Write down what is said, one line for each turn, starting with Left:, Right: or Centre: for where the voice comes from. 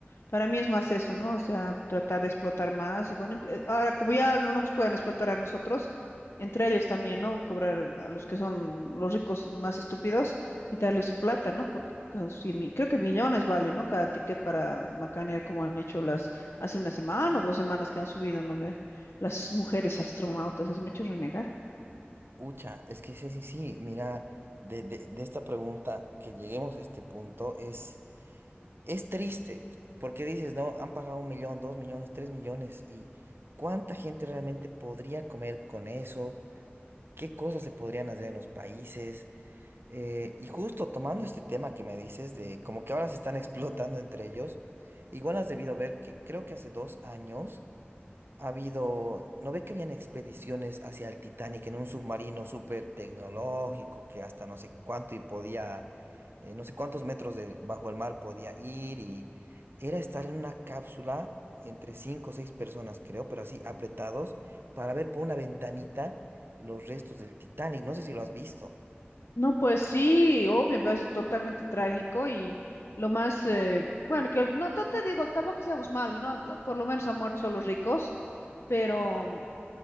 Left: Para mí es más eso, ¿no? O sea, tratar de explotar más y bueno, impl- ahora como ya no nos pueden explotar a nosotros, entre ellos también, ¿no? Cobrar a los que son los ricos más estúpidos, quitarles su plata, ¿no? Porque casi mi- creo que millones vale, ¿no? Cada ticket para macanear como han hecho las hace una semana o dos semanas que han subido, ¿no ve? las mujeres astronautas, es mucho renegar.
Right: Ucha, es que sí, sí, sí, mira, de, de, de esta pregunta que lleguemos a este punto es, es triste, porque dices, no, han pagado un millón, dos millones, tres millones, y ¿cuánta gente realmente podría comer con eso? ¿Qué cosas se podrían hacer en los países? Eh, y justo tomando este tema que me dices de como que ahora se están <laughs> explotando entre ellos, igual has debido ver que creo que hace dos años ha habido, ¿no ve que habían expediciones hacia el Titanic en un submarino súper tecnológico que hasta no sé cuánto y podía, eh, no sé cuántos metros de, bajo el mar podía ir y era estar en una cápsula entre cinco o seis personas, creo, pero así apretados para ver por una ventanita los restos del Titanic. No sé si lo has visto.
Left: No, pues sí, obvio, va a ser totalmente trágico y lo más, eh, bueno, que no, no te digo, tampoco que seamos malos, ¿no? Lo- Por lo menos han muerto solo los ricos, pero